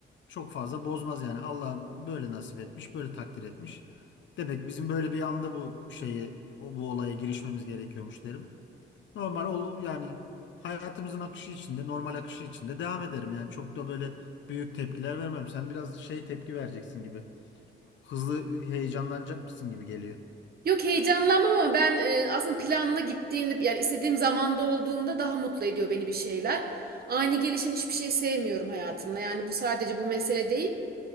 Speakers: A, on the left; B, on the right.
A: Çok fazla bozmaz yani. Allah böyle nasip etmiş, böyle takdir etmiş. Demek ki bizim böyle bir anda bu şeye, o bu olaya girişmemiz gerekiyormuş derim. Normal ol yani hayatımızın akışı içinde, normal akışı içinde devam ederim. Yani çok da böyle büyük tepkiler vermem. Sen biraz şey tepki vereceksin gibi. Hızlı heyecanlanacak mısın gibi geliyor.
B: Yok heyecanlanmam ama ben e, aslında planlı gittiğimde yani istediğim zamanda olduğunda daha mutlu ediyor beni bir şeyler. Ani gelişen hiçbir şey sevmiyorum hayatımda. Yani bu sadece bu mesele değil.